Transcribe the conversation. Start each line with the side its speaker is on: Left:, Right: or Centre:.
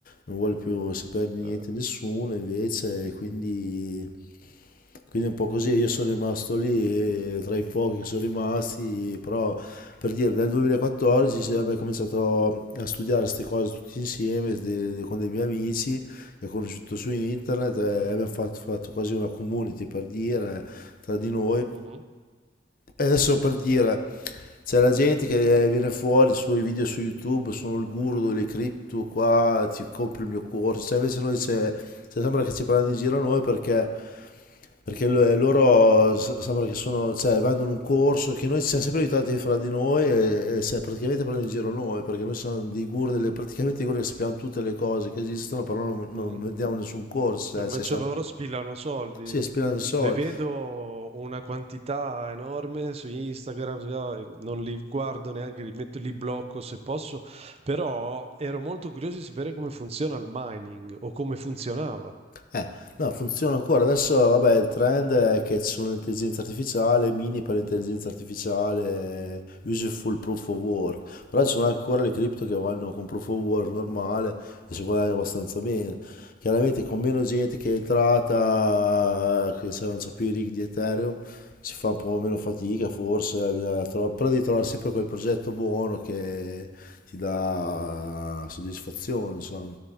Left: non vuole più saperne niente
Right: eh,
Left: nessuno invece, e quindi quindi è un po' così, io
Right: certo.
Left: sono rimasto lì eh, tra i pochi che sono rimasti, però per dire, nel 2014 si- abbiamo cominciato a studiare queste cose tutti insieme de- de- con dei miei amici che ho conosciuto su internet e abbiamo fatto, fatto quasi una community per dire tra di noi.
Right: Mhm.
Left: E adesso per dire, c'è la gente che viene fuori, i suoi video su YouTube, sono il guru delle cripto qua, ti compri il mio corso, cioè invece noi c'è, cioè, sembra che ci prendano in giro noi perché perché lo- loro s- sembra che sono, cioè, vanno in un corso che noi ci siamo sempre aiutati fra di noi e, e se praticamente prendono in giro noi, perché noi siamo dei guru, delle, praticamente dei guru che sappiamo tutte le cose che esistono, però non, non
Right: Mm.
Left: vediamo nessun corso, cioè,
Right: Invece
Left: cioè, siamo,
Right: loro spillano soldi.
Left: sì, spilando soldi.
Right: Ne vedo una quantità enorme su Instagram, eh, non li guardo neanche, li metto, li blocco se posso, però ero molto curioso di sapere come funziona il mining o come funzionava.
Left: Eh, no, funziona ancora. Adesso, vabbè, il trend è che ci sono l'intelligenza artificiale, mini per l'intelligenza artificiale, useful proof of work. Però ci sono ancora le cripto che vanno con proof of work normale e si guadagna abbastanza bene. Chiaramente con meno gente che è entrata, che sa- non so più i rig di Ethereum, si fa un po' meno fatica forse, eh, bisogna tro- però devi trovare sempre quel progetto buono che ti dà soddisfazione, insomma.